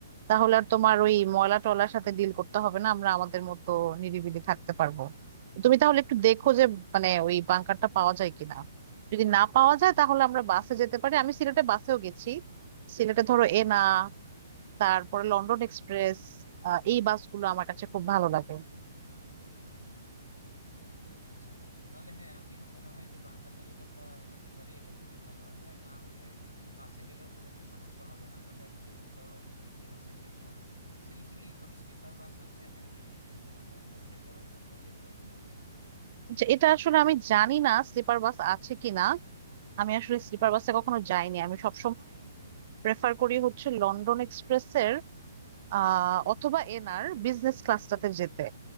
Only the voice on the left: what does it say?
আচ্ছা তাহলে হ্যাঁ আমিও মনে হয় যে বাংকারটা যদি আমরা যেতে পারি এটা খুবই ভালো হবে আর না হলে বাসে গেলেও খুব একটা সমস্যা হবে না তবে এখন যেহেতু গরম এসি বাসেই যেতে হবে সিলেটে কি কোনো স্লিপার বাস আছে নাকি শুধু আহ, বসে যাওয়ার যেগুলো সেগুলাই